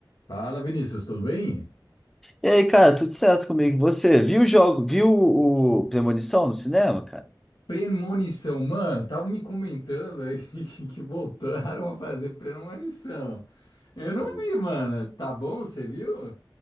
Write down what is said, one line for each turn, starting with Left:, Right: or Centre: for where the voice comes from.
Left: Fala, Vinícius, tudo bem?
Centre: E aí, cara, tudo certo comigo? E Você viu o jogo, viu o Premonição no cinema, cara?
Left: Premonição, mano, tava me comentando aí <laughs> que voltaram a fazer premonição. Eu não
Centre: Foi.
Left: vi, mano. Tá bom, você viu?